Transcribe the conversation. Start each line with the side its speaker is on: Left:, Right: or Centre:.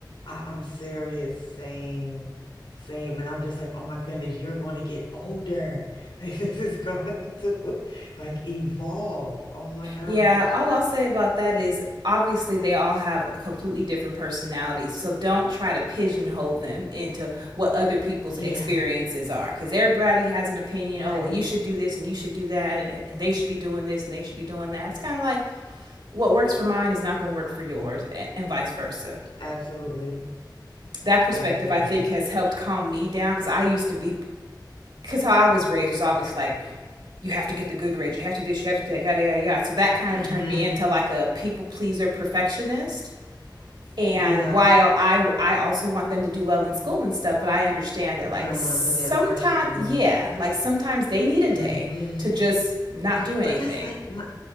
Left: I, I'm serious, same, same. And I'm just like, oh my goodness, you're going to get older. <laughs> Like, this is going to like evolve. Oh my gosh.
Right: Yeah, all I'll say about that is obviously they all have completely different personalities. So don't try to pigeonhole them into what other people's
Left: Yeah,
Right: experiences are because everybody has an opinion.
Left: right.
Right: Oh, well, you should do this and you should do that, and they should be doing this and they should be doing that. It's kind of like what works for mine is not going to work for yours, and vice versa.
Left: Absolutely.
Right: That perspective,
Left: Absolutely.
Right: I think, has helped calm me down because I used to be because how I was raised was obviously like, you have to get the good grades, you have to do this, you have to do that, yada, yada, yada. So that kind
Left: hmm
Right: of turned me into like a people pleaser perfectionist. And
Left: Yeah.
Right: while I, I also want them to do well in school and stuff, but I understand that
Left: You
Right: like
Left: don't
Right: sometimes,
Left: want to put that pressure on
Right: yeah,
Left: them.
Right: like sometimes they need a
Left: hmm
Right: day to just not do anything.
Left: But that's like my